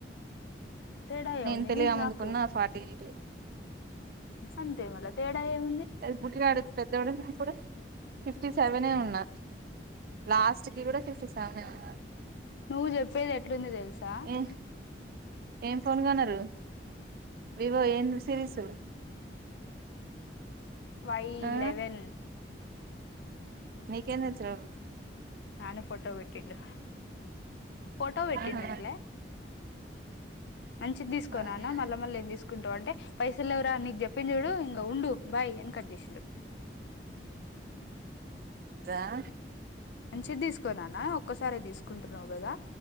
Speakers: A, on the left; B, on the right.
A: తేడా ఏముంది
B: నేను తెలియ
A: నీకు
B: ముందుకున్న
A: నాకు
B: ఫార్టీ ఎయిట్
A: అంతే మళ్ళ తేడా ఏముంది
B: గుడిగా ఆడ పెద్దవాడున్న అప్పుడు ఫిఫ్టీ సెవెనే ఉన్నా లాస్ట్ కి కూడా ఫిఫ్టీ సెవెన్ ఉన్నా
A: నువ్వు చెప్పేది ఎట్లుంది తెలుసా
B: ఏ ఏం ఫోన్ కొన్నారు వివో ఏం సిరీస్
A: వై
B: ఆ
A: లెవెన్
B: నకందచ్చ ర
A: ఆను ఫోటో పెట్టిండు ఫోటో పెటిడింటలే
B: ఆహా
A: మంచిది తీసుకోని
B: అవునా
A: నాన్న మళ్ళీ మళ్ళీ ఏం తీసుకుంటావు అంటే పైసలు ఎవరా నీకు చెప్పిన చూడు ఇంక ఉండు బాయ్ ఎని కట్ చేసాడు
B: రా
A: మని చెది తీసుకోన్నానా ఒక్కసారి తీసుకుంటున్నావు కదా